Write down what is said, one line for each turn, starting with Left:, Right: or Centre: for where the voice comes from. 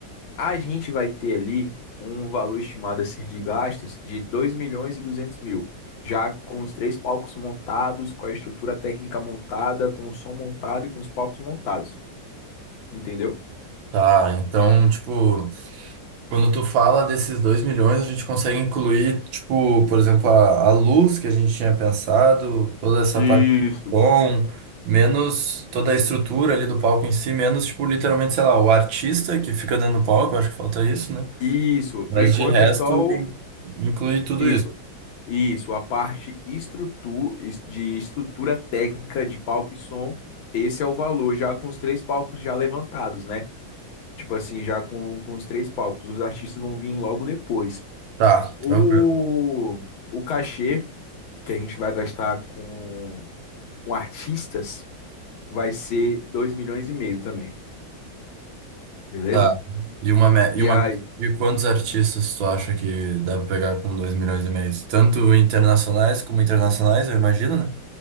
Left: A gente vai ter ali um valor estimado assim de gastos de dois milhões e duzentos mil, já com os três palcos montados, com a estrutura técnica montada, com o som montado e com os palcos montados, entendeu?
Right: Tá, então, tipo. Quando tu fala desses 2 milhões, a gente consegue incluir, tipo, por exemplo, a, a luz que a gente tinha pensado, toda essa
Left: Isso.
Right: parte do som, menos toda a estrutura ali do palco em si, menos, tipo, literalmente, sei lá, o artista que fica dentro do palco, acho que falta isso, né?
Left: Isso, por
Right: Mas
Left: enquanto
Right: de resto,
Left: é só o.
Right: in- inclui tudo
Left: Isso,
Right: isso.
Left: isso, a parte estrutu... es- de estrutura técnica de palco e som. Esse é o valor, já com os três palcos já levantados, né? Tipo assim, já com, com os três palcos. Os artistas vão vir logo depois.
Right: Tá,
Left: O,
Right: tranquilo.
Left: o cachê que a gente vai gastar com, com artistas vai ser dois milhões e meio também, beleza?
Right: Tá. E uma, me-
Left: E
Right: e uma
Left: aí,
Right: meta de quantos artistas tu acha que dá pra pegar com 2 milhões e meio? Tanto internacionais como internacionais, eu imagino, né?